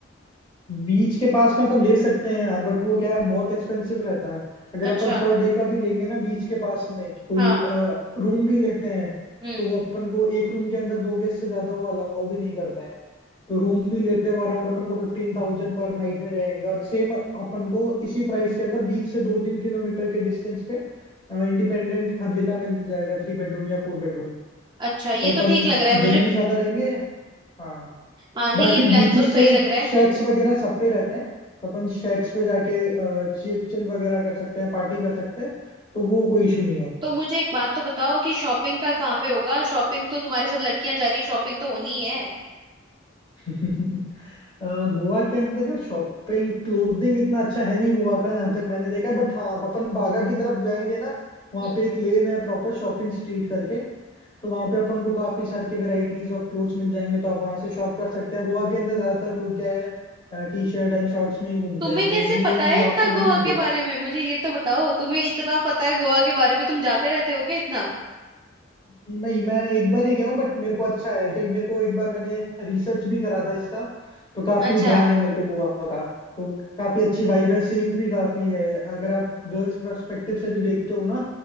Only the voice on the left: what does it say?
बीच के पास में अपन ले सकते हैं यार बट वो क्या है बहुत एक्सपेंसिव रहता है अगर
अपन पर डे का भी लेंगे ना बीच के पास में कोई
रूम भी लेते हैं
तो वो अपन को एक रूम के अंदर दो गेस्ट से ज्यादा वो अलाउ भी नहीं करते हैं तो रूम भी लेते हैं वो अराउंड अपन को फिफ्टीन थाउजेंड पर नाइट में रहेगा और सेम अपन को इसी प्राइस के अंदर बीच से दो तीन किलोमीटर के डिस्टेंस पे इंडिपेंडेंट विला मिल जाएगा थ्री बेडरूम या फोर बेडरूम
तो अपन
जने भी ज्यादा रहेंगे हाँ
बाकी
बीचेस
पे
शेक्स
वगैरह सब पे रहते हैं तो अपन शेक्स पे जाके चिल वगैरह कर सकते हैं पार्टी कर सकते हैं तो वो कोई इशू नहीं है
<laughs> अ, गोवा के अंदर या शॉपिंग क्लोथिंग इतना अच्छा है नहीं गोवा का जहां तक मैंने देखा बट हाँ अपन बागा की तरफ जाएंगे ना वहाँ
पे एक लेन है प्रॉपर शॉपिंग स्ट्रीट करके तो वहाँ पे अपन को काफी सारी की वेराइटीज ऑफ क्लोथ्स मिल जाएंगे तो आप वहाँ से शॉप कर सकते हैं गोवा के अंदर ज्यादातर लोग क्या है टी शर्ट एंड शॉर्ट्स में ही घूमते
हैं तो
मेन
आपको वही
मिलेगा
नहीं मैं एक बार ही गया हूँ बट मेरे को अच्छा है क्योंकि मेरे को एक बार मैंने रिसर्च भी करा था इसका तो काफी
ध्यान है मेरे को गोवा का तो काफी अच्छी वाइब है सेफ भी काफी है अगर आप गर्ल्स पर्सपेक्टिव से भी देखते हो ना